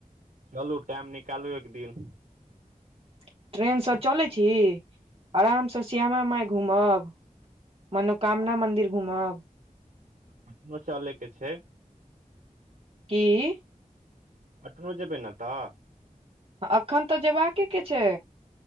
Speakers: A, on the right; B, on the right.
A: चलू टाइम निकालू एक दिन
B: <inaudible> ट्रेन से चलै छी आराम से श्यामा मााय घूमब मनोकामना मंन्दिर घूमब
A: पटनो चलय के छै
B: की
A: पटनो जेबै नऽ तऽ
B: एखन तऽ जयबाक के छै